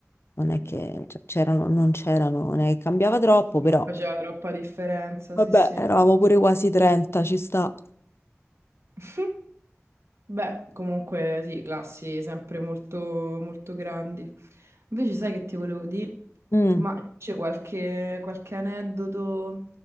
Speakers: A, on the left (about 55°); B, on the right (about 65°).
A: non è che cioè, c'erano, non c'erano, non è che cambiava troppo,
B: Non
A: però
B: Faceva troppa differenza,
A: vabbè,
B: sì, sì.
A: eravamo pure quasi 30, ci sta.
B: <laughs> Beh, comunque sì, classi sempre molto, molto grandi. Invece sai che ti volevo dire?
A: Mm,
B: Ma c'è qualche, qualche aneddoto